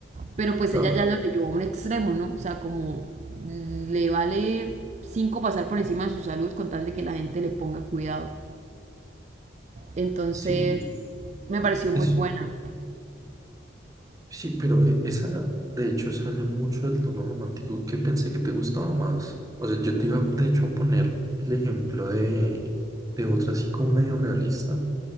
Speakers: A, on the right; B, on the right.
A: Pero pues
B: Claro,
A: ella ya lo llevó a un extremo, ¿no? O sea, como le vale cinco pasar por encima de su salud con tal de que la gente le ponga cuidado. Entonces,
B: sí,
A: me pareció
B: es,
A: muy buena.
B: sí, pero e- esa de hecho sale mucho del tono romántico que pensé que te gustaba más. O sea, yo te iba de hecho a poner el ejemplo de, de otra así como medio realista